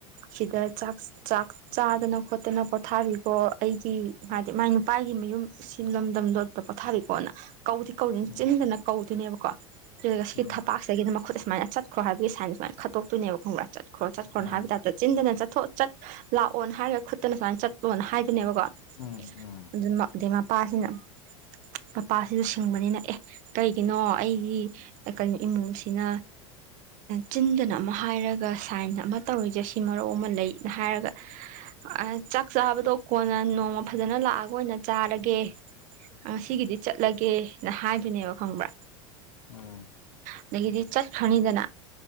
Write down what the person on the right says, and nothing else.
ꯁꯤꯗ ꯆꯥꯛ ꯆꯥꯛ ꯆꯥꯗꯅ ꯈꯣꯠꯇꯅ ꯄꯣꯊꯥꯔꯤꯕꯣ ꯑꯩꯒꯤ ꯍꯥꯏꯗꯤ ꯃꯥꯏ ꯅꯨꯄꯥꯒꯤ ꯃꯌꯨꯝ ꯁꯤ ꯂꯝꯗꯝꯗꯣ ꯑꯗꯨꯗ ꯄꯣꯊꯥꯔꯤꯀꯣꯅ ꯀꯧꯕꯗꯤ ꯀꯧꯅꯤ
ꯆꯤꯟꯗꯅ ꯀꯧꯗꯣꯏꯅꯦꯕꯀꯣ ꯑꯗꯨꯗꯨꯒ ꯁꯤꯒꯤ
ꯊꯄꯥꯛꯇꯒꯤꯅ ꯃꯈꯨꯠꯅ ꯁꯨꯃꯥꯏꯅ ꯆꯠ ꯈ꯭ꯔꯣ ꯍꯥꯏꯕꯒꯤ ꯁꯥꯏꯟꯖꯦ ꯁꯨꯃꯥꯏꯅ ꯈꯠꯇꯣꯛꯣꯏꯅꯦꯕ ꯈꯪꯕ꯭ꯔ ꯆꯠꯈ꯭ꯔꯣ ꯆꯠꯈ꯭ꯔꯣ
ꯍꯥꯏꯕꯩ ꯇꯥꯏꯞ ꯆꯤꯟꯗꯅ ꯆꯠꯊꯣ ꯆꯠ ꯂꯥꯛꯑꯣꯅ ꯍꯥꯏꯔꯒ ꯈꯨꯠꯇꯅ ꯁꯨꯃꯥꯏꯅ ꯆꯠꯂꯣꯅ ꯍꯥꯏꯗꯣꯅꯦꯕꯀꯣ
ꯑꯗꯨ ꯑꯗꯩ ꯃꯄꯥꯁꯤꯅ ꯃꯄꯥꯁꯤꯁꯨ ꯁꯤ ꯁꯨꯡꯕꯅꯤꯅ ꯑꯦ ꯀꯩꯒꯤꯅꯣ ꯑꯩꯒꯤ ꯀꯩꯅꯣ ꯏꯃꯣꯝꯁꯤꯅ ꯆꯤꯟꯗꯅ ꯑꯃ ꯍꯥꯏꯔꯒ ꯁꯥꯏꯟ ꯑꯃ ꯇꯧꯔꯤꯁꯦ ꯁꯤ ꯃꯔꯧ ꯑꯃ ꯂꯩꯅ ꯍꯥꯏꯔꯒ ꯑꯥ ꯆꯥꯛ ꯆꯥꯕꯗꯣ ꯀꯣꯟꯅ ꯅꯣꯡꯃ ꯐꯖꯅ ꯂꯥꯛꯑꯒ ꯑꯣꯏꯅ ꯆꯥꯔꯒꯦ ꯉꯁꯤꯒꯤꯗꯤ ꯆꯠꯂꯒꯦꯅ ꯍꯥꯏꯗꯨꯣꯏꯅꯦꯕ ꯈꯪꯕ꯭ꯔꯥ
ꯑꯗꯒꯤꯗꯤ ꯆꯠꯈ꯭ꯔꯅꯤꯗꯅ